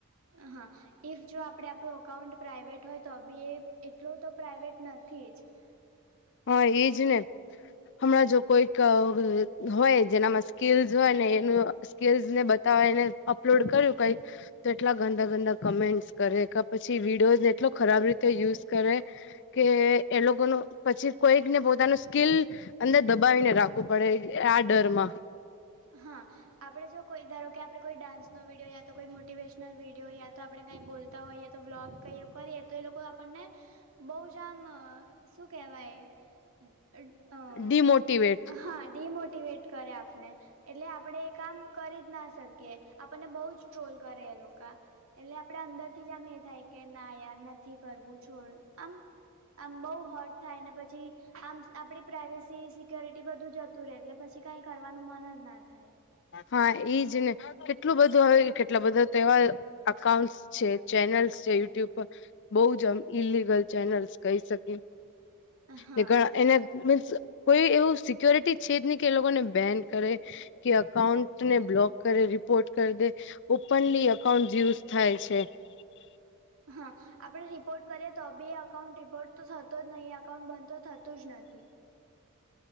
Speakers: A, on the right; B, on the left.
A: હ હા ઇફ જો આપણે આપણું અકાઉન્ટ પ્રાઇવેટ હોય તો બી એ એટલું તો પ્રાઇવેટ નથી જ
B: હા એજ ને હમણાં જો કોઈક હોય જેનામાં સ્કીલ્સ હોય ને એનું સ્કીલ્સ ને બતાવીને અપલોડ કર્યું કઈક તો એટલા ગંદા ગંદા કમેન્ટ્સ કરે કે પછી વિડીયોઝને એટલો ખરાબ રીતે યુઝ કરે કે એ લોકો નો પછી કોઈકને પોતાનું સ્કીલ અંદર દબાવીને રાખવું પડે આ ડર માં
A: હા આપણે જો કોઈ ધારો કે આપણે કોઈ ડાન્સનો વિડીયો યા તો કોઈ મોટીવેશનલ વિડીયો યા તો આપણે કાઈ બોલતા હોય યા તો બ્લોગ કઈ કરી એ તો એ લોકો આપણને બહુ જામ શું કહેવાય અ
B: ડિમોટીવેટ
A: હા ડીમોટીવેટ કરે આપને એટલે આપણેે એ કામ કરી જ ના શકીએ આપણને બહુ જ ટ્રોલ કરે એ લોકો એટલે આપણે અંદર થી જ આમ એ થાય કે ના યાર નથી કરવું છોડ આમ આમ બહુ હર્ટ થાય ને પછી આમ આપડી પ્રાઇવેસી સિક્યોરિટી બધું જ તુ રે એટલે પછી કઈ કરવાનું મન જ ના થાય.
B: હા, ઈજ ને કેટલું બધું હવે કેટલા બધા તેવા અકાઉન્ટ્સ છે ચેનલ્સ છે યુટ્યુબ પર બઉ જ આમ ઇલિગલ ચેનલ્સ કહી શકીએ.
A: હા
B: તે ગયા એને મીન્સ કોઈ એવું સિક્યોરિટી છે જ નહીં કે એ લોકો ને બેન કરે કે અકાઉ ટને બ્લોક કરે રિપોર્ટ કરી દે ઓપનલી અકાઉન્ટ યુઝ થાય છે. ટી ટી...
A: હા. આપડે રિપોર્ટ કરીએ તો બી અકાઉન્ટ રિપોર્ટ તો થતો જ નહીં અકાઉન્ટ બંધ તો થતું જ નથી.